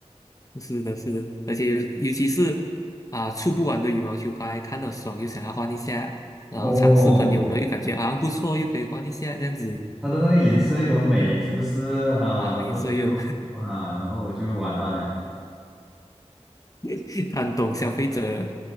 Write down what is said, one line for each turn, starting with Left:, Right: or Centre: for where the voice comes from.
Left: 是的，是的，而且尤尤其是啊，出不完的羽毛球拍，看到爽又想要换一下，然后尝试朋友的又感觉啊不错，
Centre: 哦。
Left: 又可以换一下这样子
Centre: 它的那个颜色又很美，是不是哈？
Left: 啊，
Centre: 然后就啊，
Left: 也是又
Centre: 然后我就完蛋了，
Left: <laughs> 很懂消费者